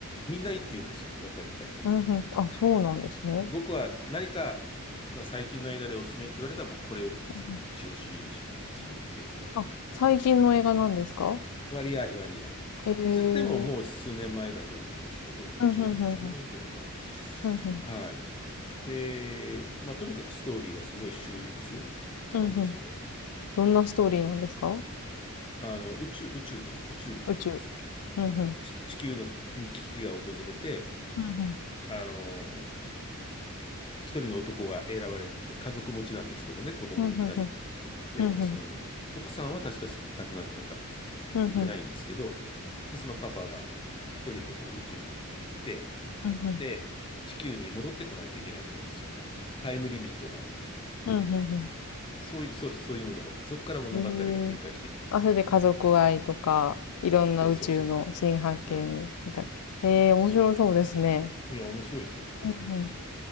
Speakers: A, on the left (about 25°); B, on the left (about 80°).
A: みんないいって言うんですよ。やっぱり見た人は。
B: うんうん。あ、そうなんですね。
A: 僕は何か最近の映画でおすすめって言われたらもうこれをいつも一押しするんですよ。
B: うんうん、あ、最近の映画なんですか
A: 割合、割合。
B: ええー。
A: つってももう数年前だと思いますけど、まあ10年、
B: うんうんうんうん。
A: 1年くらいかな。
B: うんうん。
A: はい。で、まあとにかくストーリーがすごい秀逸
B: うんうん。
A: なんですよね。
B: どんなストーリーなんですか
A: あの、宇宙、宇宙です。宇宙に行くんですよ。
B: 宇宙。うんうん。
A: あ地、地球のに危機が訪れて、
B: うんうん
A: あの、一人の男が選ばれて、家族持ちなんですけどね、子供二人いる。
B: うんうん
A: でも、
B: うんうん
A: その、奥さんは確かし亡くなったか
B: うんうんうん
A: いないんですけど、で、そのパパが一人でこう宇宙に行って、
B: うんうんうん
A: で、地球に戻ってこないといけないんですよ。その、タイムリミットがあるって。
B: うんうん
A: そういう、そう、そういうものがあって、そこから物語が展開していくんです。
B: ええあ、それで家族愛とか、いろんな宇宙の新発見みたいな。
A: そうそうそうそう。うん。
B: へえ、面白そうですね。
A: そう、そう。いや、面白いですよ。
B: うんうん。